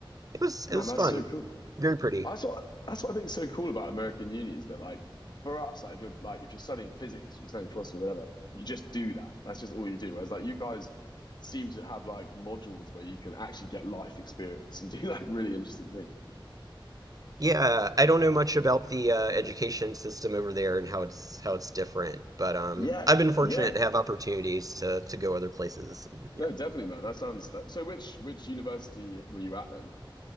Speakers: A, on the right; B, on the left.
A: it was
B: Man,
A: it was
B: that's
A: fun,
B: so cool.
A: very pretty.
B: That's what that's what I think is so cool about American uni is that like for us, like if you're like if you're studying physics, you're studying philosophy, whatever, you just do that. That's just all you do. Whereas like you guys seem to have like modules where you can actually get life experience and do like really interesting things.
A: Yeah, I don't know much about the uh, education system over there and how it's how it's different, but um,
B: Yeah,
A: I've been fortunate
B: yeah,
A: to have opportunities to to go other places. and, Yeah,
B: No, definitely, man. That sounds that. So, which which university were you at then?